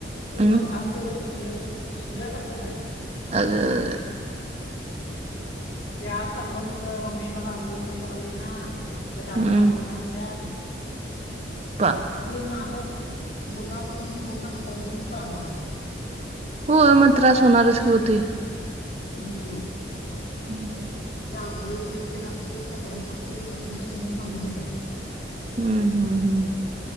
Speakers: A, on the left (about 65°); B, on the right (about 35°).
A: पूर्ण
B: हम्म
A: भाग तेवढं कुसल- कुसल्यासारखं झालय.
B: अग बाई. <unintelligible>
A: ते आज सांगत होत मम्मी मला आंघोळी पण करायला येईना. त्या दादान
B: हम्म
A: आंघोळ घातल्यान.
B: पाप
A: पूर्ण हातात, बोटापासून पूर्ण हातापर्यंत कळा माराल्यात.
B: होय, मग त्रास होणारच की ओ ते.
A: हम्म
B: हम्म
A: मग ते आंघोळी कुणीतरी घातली, कपडे कुणीतरी घातले म्हणून सांगत होत.
B: हम्म- हम्म- हम्म